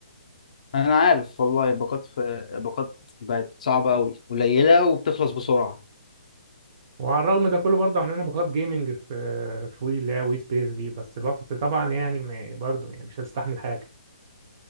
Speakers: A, on the left; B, on the right.
A: انا عارف والله الباقات في الباقات بقت صعبة قوي قليلة وبتخلص بسرعة
B: وعلى الرغم ده كله برضه عاملين باقات جيمنج في في وي اللي هي وي سبيس دي بس بس طبعا يعني ما- برضه يعني مش هتستحمل حاجة